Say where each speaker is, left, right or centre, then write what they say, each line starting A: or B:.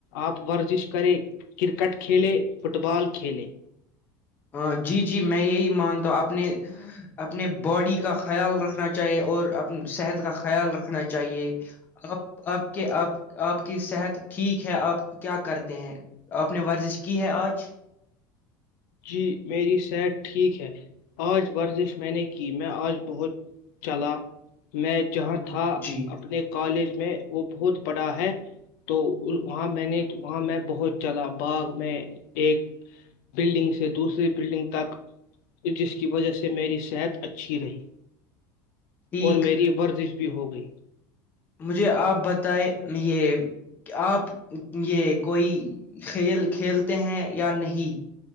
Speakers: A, on the left; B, on the left.
A: آپ ورزش کریں کرکٹ کھیلے فٹ بال کھیلے
B: ہاں جی جی میں یہی مانتا ہوں اپنے اپنے باڈی کا خیال رکھنا چاہیے اور اپنی صحت کا خیال رکھنا چاہیے آپ آپ کے آپ کی صحت ٹھیک ہے آپ کیا کرتے ہیں آپ نے ورزش کی ہے آج
A: جی میری صحت ٹھیک ہے آج ورزش میں نے کی میں آج بہت چلا میں جہاں
B: ہوں
A: تھا
B: جی
A: اپنے کالج میں وہ بہت بڑا ہے تو وہاں میں نے وہاں میں بہت چلا باغ میں ایک بلڈنگ سے دوسری بلڈنگ تک جس کی وجہ سے میری صحت اچھی رہی
B: ٹھیک
A: اور میری ورزش بھی ہو گئی
B: مجھے آپ بتائیں یہ آپ یہ کوئی کھیل کھیلتے ہیں یا نہیں